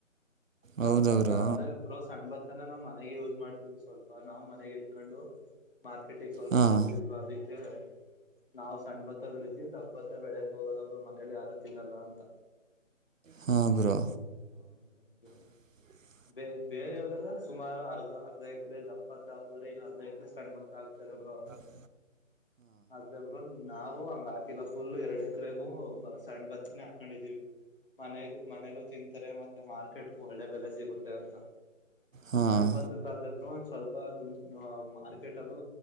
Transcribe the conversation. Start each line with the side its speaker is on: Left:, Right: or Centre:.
Left: ದಬ್ಬತ್ತ
Right: ಹೌದಾ ಬ್ರೋ
Left: ಅಂದ್ರೆ ಬ್ರೋ ಸಣ್ಬತ್ತನ ನಾವ್ ಮ ಮನೆಗೆ ಯೂಸ್ ಮಾಡ್ತೀವ್ರು ಸ್ವಲ್ಪ ನಾವು್ ಮನೆಗೆ ಎತ್ಕೊಂಡು ಮಾರ್ಕೆಟಿಗೆ ಸ್ವಲ್ಪ
Right: ಹಾಂ
Left: ಕೊಡ್ತವ್ರು ಅದಕ್ಕೆ ನಾವು ಸಣ್ ಭತ್ತ ಬೆಳಿತೀವಿ ದಬ್ಬತ್ತ ಬೆಳೆಯಕ್ ಹೋಗಲ್ಲೊಬ್ರು ಮನೇಲಿ ಯಾರು ತಿನ್ನಲ್ಲ ಅಂತ
Right: ಹಾ ಬ್ರೋ
Left: ಹ ಅೇ
Right: <inaudible>
Left: ಬೇ ಬೇರೆಯವ್ರಲ್ಲ ಸುಮಾರು ಅರ್ಧ ಅರ್ಧ ಎಕರೆ ದಪ್ಪತ್ ಹಾಕೋ್ರೆ ಇನ್ನು ಅರ್ಧ ಎಕರೆ ಸಣ್ಣ ಬತ್ತ ಹಾತಾರೆ ಹ
Right: ಹ
Left: ಆದ್ರೆ ಬ್ರೊ ನಾವು ಹಂಗ ಹಾಕಿಲ್ಲ ಫುಲ್ ಎರಡ್ ಎಕರೆಗೂ ಸಣ್ ಬತ್ನೆೇ ಹಾಕೊಂಡಿದೀವಿ ಮನೆಗ ಮನೇಲ್ಲೂ ತಿಂತಾರೆ ಮತ್ತೆ ಮಾರ್ಕೆಟ್ ಒಳ್ಳೆ ಬೆಲೆ ಸಿಗುತ್ತೆ ಅಂತ
Right: ಹಾಂ
Left: ಸಣ್ಣ ಬತಕ್ ಆದ್ರೆ ಬ್ರೋಂಚ್ ಸ್ವಲ್ಪ ದುಡ್ ಮಾರ್ಕೆಟ್ಲ್ಲೂ